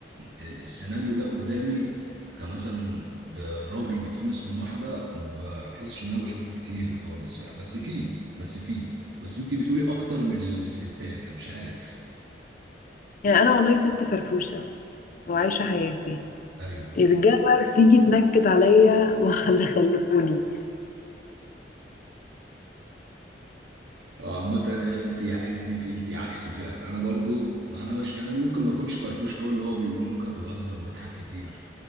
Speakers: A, on the right; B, on the left.
A: ال- السيناريو ده قدامي كمثلا ب- راجل بيتقمص من واحده ما بحسش ان انا بشوفه كتير خالص يعني بس فيه بس فيه بس انت بتقولي اكتر من ال- من الستات أنا مش عارف
B: يعني أنا والله ست فرفوشة وعايشة حياتي
A: ايوه
B: الرجالة بقى بتيجي تنكد عليا <laughs> واللي خلفوني
A: آه، عامة أنا- انت انت في انت عكسي فعلا انا برضو ما انا مش انا ممكن ما اكونش فرفوش قوي اللي هو بيقول نكت ويهزر ويضحك كتير